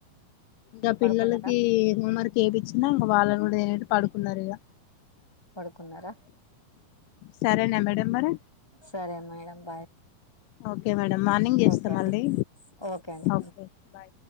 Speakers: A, on the left; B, in the centre.
A: ఇంకా
B: పడుకున్నారా
A: పిల్లలకి ఇకా మరకి ఏపిచ్చినా ఇంకా వాళ్ళని అ పాడుకున్నారురగా
B: పడుకున్నారా
A: సరేనా మేడం మరి
B: సరే madam bye
A: okay madam morning చేస్తా
B: okay అండి
A: మళ్ళీ
B: ఓకే అండి
A: ఓకే బాయ్